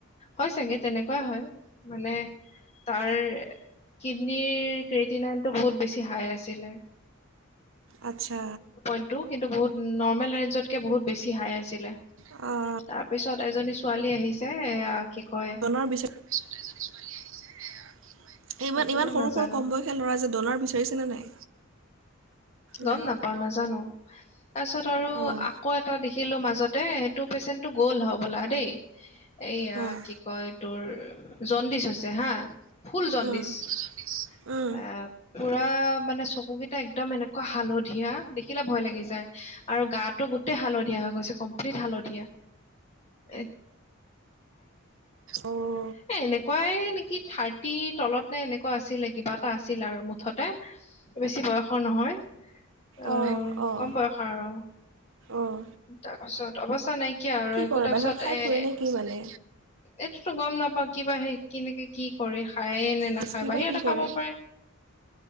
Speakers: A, on the left; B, on the right.
A: হয় চাগে তেনেকুৱা হয় মানে তাৰ কিডনীৰ ক্ৰেতিনৰটো বহুত বেছি হাই আছিলে। <inaudible>
B: আচ্ছা।
A: কিন্তু-কিন্তু বহুত নৰ্মেল ৰে বহুত বেছি হাই আছিলে।
B: অ'।
A: তাৰ পিছত এজনী ছোৱালী আহিছে, এয়া কি কয়
B: তাৰপিছত এজনী ছোৱালী আহিছে, ইমান
A: এইটোতো
B: ইমান সৰু
A: নাজানো
B: সৰু কম বয়স ল'ৰা যে ডনাৰ বিচাৰিছেনে নাই?
A: গম
B: নাই
A: নাপাওঁ, নাজানো। তাৰপিছত আৰু
B: অঁ
A: আকৌ এটা দেখিলোঁ মাজতে, সেইটো পেচেণ্টটো গ'ল, হ'বলা দেই। এইয়া
B: অ',
A: কি কয় তোৰ জণ্ডিচ হৈছে হা ফুল জণ্ডিচ।
B: অঁ
A: এ
B: অঁ অঁ
A: পুৰা মানে চকুকেইটা একদম এনে এনেকুৱা হালধীয়া দেখিলে ভয় লাগি যায়। আৰু গাটো গোটেই হালধীয়া হৈ গৈছে। কমপ্লিট হালধীয়া। এক
B: অ',
A: এ, এনেকুৱাই নেকি থাৰ্টি তলত নে এনেকুৱা আছিলে, কিবা এটা আছিল, আৰু মুঠতে বেছি বয়সৰ নহয়। আহ
B: অঁ অঁ
A: কম বয়সৰ আৰু।
B: অঁ
A: তাৰ পিছত অৱস্থা নাইকিয়া আৰু
B: কি
A: একো।
B: কৰে
A: তাৰপিছত
B: বাহিৰত খাই
A: এ
B: ফুৰে নে কি মানে?
A: এইটোতো গম নাপাওঁ কিবা সে কেনেকে কি কৰে। খায় নে নাখায়পা।
B: হিষ্ট্ৰী বা
A: সিহঁতে
B: কি
A: খাব
B: কৰে
A: পাৰে।